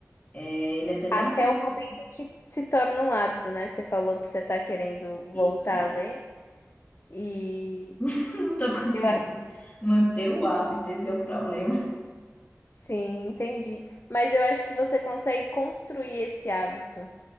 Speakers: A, on the left; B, on the left.
A: É, ele até dá
B: Até
A: um...
B: o momento em que se torna um hábito, né? Você falou que você está querendo voltar
A: Isso,
B: a ler e
A: <laughs> eu não tô conseguindo
B: eu acho
A: manter o hábito, esse é o problema. <laughs>
B: Sim, entendi. Mas eu acho que você consegue construir esse hábito